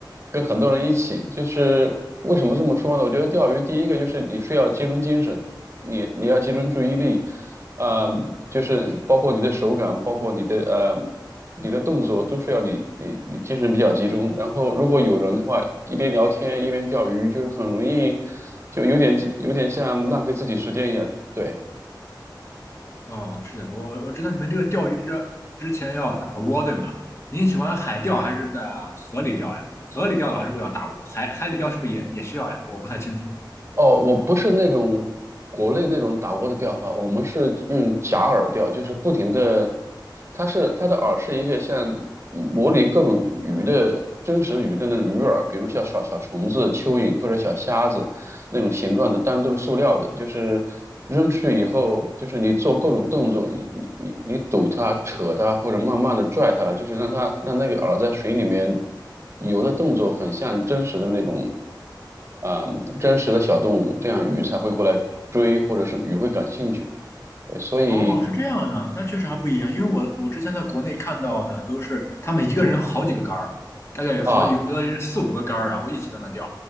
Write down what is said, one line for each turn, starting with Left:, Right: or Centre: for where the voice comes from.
Right: 跟很多人一起，就是为什么这么说呢？我觉得钓鱼第一个就是你是要集中精神，你你要集中注意力，呃，就是包括你的手感，包括你的呃你的动作都是要你你你精神比较集中。然后如果有人的话，一边聊天一边钓鱼，就是很容易就有点有点像浪费自己时间一样，对。
Left: 哦，是的，我我知道你们这个钓鱼之之前要打窝，对吗？您喜欢海钓还是在河里钓呀？河里钓的话是不是要打窝？海海里钓是不是也也需要呀？我不太清楚。
Right: 哦，我不是那种国内那种打窝的钓法，我们是用假饵钓，就是不停的，它是它的饵是一个像模拟各种鱼的真实鱼的那种鱼饵，比如像小小虫子、蚯蚓或者小虾子，那种形状的，但是都是塑料的，就是扔出去以后，就是你做各种动作，你你你你堵它、扯它，或者慢慢的拽它，就是让它让那个饵在水里面游的动作，很像真实的那种，啊、真实的小动物，这样鱼才会过来追，或者是鱼会感兴趣。对所以
Left: 哦，是这样的，那确实还不一样，因为我我之前在国内看到的都是他们一个人好几个杆儿，大概有好有的人四五个杆儿，
Right: 啊，
Left: 然后一起在那钓，